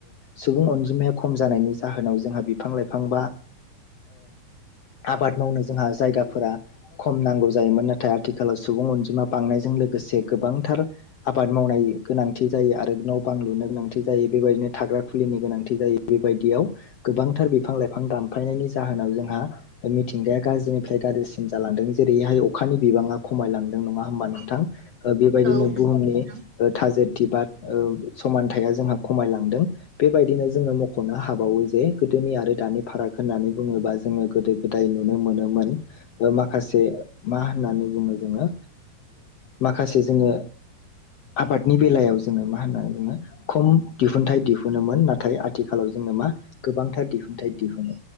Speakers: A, on the left; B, on the right.
A: सुबुं अनजिमाया खम जानायनि जाहोनाव जोंहा बिफां लाइफां बा आबाद मावनो जोंहा जायगाफोरा खम नांगौ जायोमोन नाथाय आथिखालाव सुबुं अनजिमा बांनायजों लोगोसे गोबांथार आबाद मावनाय गोनांथि जायो आरो न' बां लुनो गोनांथि जायो बेबायदिनो थाग्रा खुलिनि गोनांथि जायो बेबायदियाव गोबांथार बिफां लाइफां दानफायनायनि जाहोनाव जोंहा मिथिंगाया गाज्रिनिफ्राय गाज्रिसिन जालांदों जेरैहाय अखानि बिबाङा खमायलांदों नङा होमबा नोंथां। बेबायदिनो
B: औ
A: बुहुमनि
B: नंगौ नोंथां
A: थाजेद थि बा समानथाया जोंहा खमायलांदों बेबायदिनो जोङो मख'नो हाबावो जे गोदोनि आरो दानि फाराग होननानै बुङोबा जोङो गोदो गोदाय नुनो मोनोमोन माखासे मा होननानै बुङो जोङो। माखासे जोङो आबादनि बेलायाव जोङो मा होननानै बुङो खम दिहुनथाइ दिहुनोमोन नाथाय आथिखालाव जोङो मा गोबांथार दिहुनथाइ दिहुनो